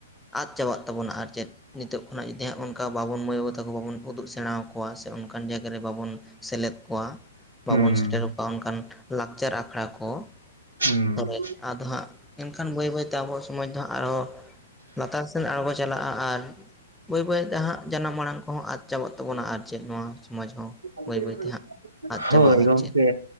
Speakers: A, in the centre; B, on the right (about 85°).
A: ᱟᱫ ᱪᱟᱵᱟᱜ ᱛᱟᱵᱚᱱᱟ ᱟᱨ ᱪᱮᱫ ᱱᱤᱛᱚᱜ ᱠᱷᱚᱱᱟᱜ ᱡᱩᱫᱤ ᱦᱟᱸᱜ ᱚᱱᱠᱟ ᱵᱟᱵᱚᱱ ᱢᱟᱹᱭ ᱵᱟᱵᱩ ᱛᱟᱠᱚ ᱵᱟᱵᱚᱱ ᱩᱫᱩᱜ ᱥᱮᱬᱟ ᱠᱚᱣᱟ, ᱥᱮ ᱚᱱᱠᱟᱱ ᱡᱟᱭᱜᱟ ᱨᱮ ᱵᱟᱵᱚᱱ ᱥᱮᱞᱮᱫ ᱠᱚᱣᱟ ᱵᱟᱵᱚᱱ
B: ᱦᱩᱸ
A: ᱥᱮᱴᱮᱨ ᱠᱚᱣᱟ, ᱚᱱᱠᱟᱱ ᱞᱟᱠᱪᱟᱨ ᱟᱠᱷᱲᱟ ᱠᱚ᱾
B: ᱦᱩᱸ,
A: ᱠᱚᱨᱮ ᱟᱫᱚ ᱦᱟᱸᱜ ᱮᱱᱠᱷᱟᱱ ᱵᱟᱹᱭ ᱵᱟᱹᱭᱛᱮ ᱟᱵᱚ ᱥᱚᱢᱟᱡᱽ ᱫᱚ ᱟᱨᱦᱚ, ᱞᱟᱛᱟᱨ ᱥᱮᱱ ᱟᱲᱜᱚᱡ᱾ ᱪᱟᱞᱟᱜᱼᱟ ᱟᱨ ᱵᱟᱹᱭ ᱵᱟᱹᱭᱛᱮ ᱦᱟᱸᱜ ᱡᱟᱱᱟᱢ ᱢᱟᱲᱟᱝ ᱠᱚᱦᱚᱸ ᱟᱫ ᱪᱟᱵᱟᱜ ᱛᱟᱵᱚᱱᱟ ᱟᱨ ᱪᱮᱫ ᱱᱚᱣᱟ, ᱥᱚᱢᱟᱡᱽ ᱦᱚᱸ
B: <unintelligible>
A: ᱵᱟᱹᱭ ᱵᱟᱹᱭᱛᱮ ᱦᱟᱸᱜ ᱟᱫ
B: ᱦᱳᱭ
A: ᱪᱟᱵᱟᱜᱼᱟ ᱟᱨ
B: ᱜᱚᱝᱠᱮ,
A: ᱪᱮᱫ